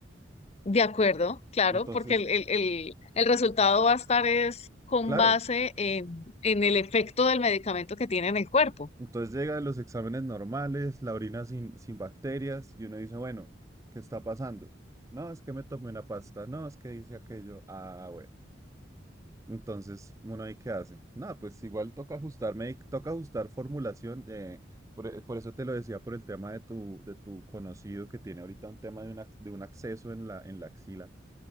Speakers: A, on the left; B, on the right.
A: De acuerdo, claro,
B: Entonces,
A: porque el,
B: c-
A: el- el- el resultado va a estar es con
B: claro,
A: base en, en el efecto del medicamento que tiene en el cuerpo.
B: entonces llegan los exámenes normales, la orina sin, sin bacterias y uno dice, bueno, ¿qué está pasando? No, es que me tomé una pasta, no, es que hice aquello. Ah, bueno. Entonces, uno ahí qué hace. Nada, pues igual toca ajustarme, toca ajustar formulación. eh, por, e- por eso te lo decía por el tema de tu, de tu conocido que tiene ahorita un tema de un, ac- de un acceso en la, en la axila